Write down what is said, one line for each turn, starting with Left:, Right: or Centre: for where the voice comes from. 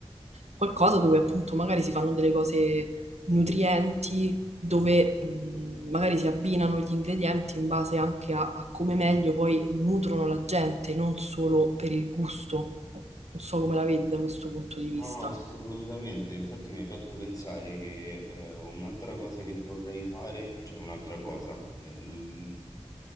Right: qualcosa dove appunto magari si fanno delle cose nutrienti, dove mh, magari si abbinano gli ingredienti in base anche a, a come meglio poi nutrono la gente, non solo per il gusto. Non so come la vedi da questo punto di vista,
Left: No, no, assolutamente. Infatti mi hai fatto pensare che eh, un'altra cosa che vorrei fare, cioè un'altra cosa, eh, l-